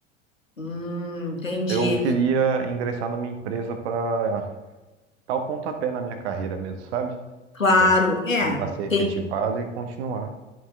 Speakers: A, on the left (about 80°); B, on the right (about 55°).
A: Hum, entendi.
B: eu queria ingressar numa empresa para dar o pontapé na minha carreira mesmo, sabe?
A: Claro,
B: É,
A: é.
B: tentar ser efetivado
A: Tem
B: e continuar.